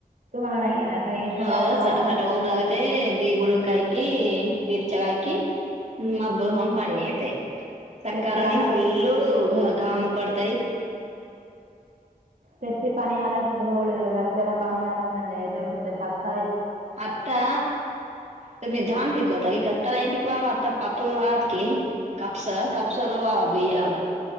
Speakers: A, on the right; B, on the right.
A: तुम्हाला नाही. ना काय काय
B: हो
A: आत्ता बघा
B: चट चट ऊब लागते दीस बुडुन काय, की विचराय की माप भरून पाणी येतय. सकाळतरनं
A: त्यासे आलास
B: फुल्लो, घाम उकडतय.
A: जास्ती पाणी आला धड रातच्याला पाणी आला कणी मग झोप येत्या सारखं.
B: आत्त्या त्यानी धान पिकवत्यात नही का? आता नाही पीकवावा आता पातूर घातलं की कापस कपसा र बाबा बियाणे.